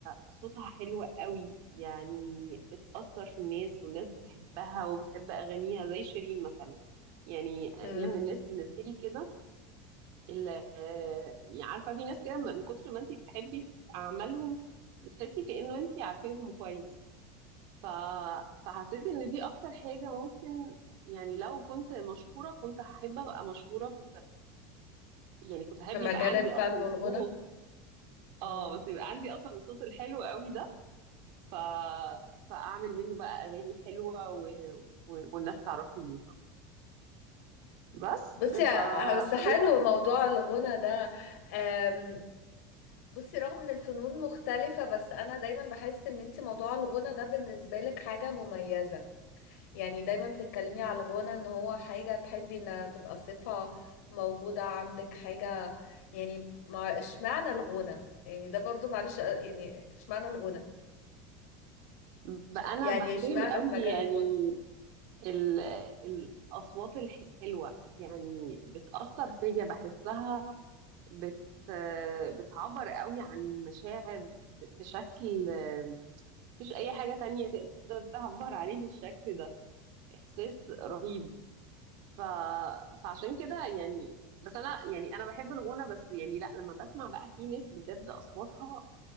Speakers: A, on the right; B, on the left.
A: صوتها حلو قوي يعني بتأثر في الناس والناس بتحبها وبتحب اغانيها زي شيرين مثلا يعني هي
B: مم.
A: من الناس بالنسبه لي كده اللي آه، عارفه في ناس كده من كتر ما انت بتحبي اعمالهم بتحسي كأنه انت عارفاهم كويس ف... فحسيت ان دي اكتر حاجه ممكن يعني لو كنت مشهوره كنت هحب ابقى مشهوره في يعني كنت احب
B: في مجال
A: يبقى عندي
B: الفن
A: اصلا
B: والغنى
A: الصوت
B: مم.
A: اه بس يبقى عندي اصلا الصوت الحلو قوي ده ف... فاعمل منه بقى اغاني حلوه و... و... والناس تعرفني بيها بس
B: بصي
A: ف
B: ه- بس حلو
A: طب إيه؟
B: موضوع الغنى ده أم، بصي رغم ان الفنون مختلفة بس انا دايما بحس ان انت موضوع الغنى ده بالنسبة لك حاجة مميزة يعني دايما بتتكلمي على الغنى ان هو حاجة تحبي ان تبقى صفة موجودة عندك حاجة يعني مع اشمعنى الغنى يعني ده برضو معلش أ- يعني اشمعنى الغنى
A: بقى انا
B: يعني
A: بحترم
B: اشمعنى
A: قوي
B: في مجال
A: يعني
B: الفن
A: ال... الاصوات الحلوه يعني بتاثر فيا بحسها بت بتعبر قوي عن مشاعر ب- بشكل مفيش اي حاجه تانية تقدر تعبر عليه بالشكل ده احساس رهيب ف... فعشان كده يعني بس انا يعني انا بحب الغنى بس يعني لا لما بسمع بقى في ناس بجد اصواتها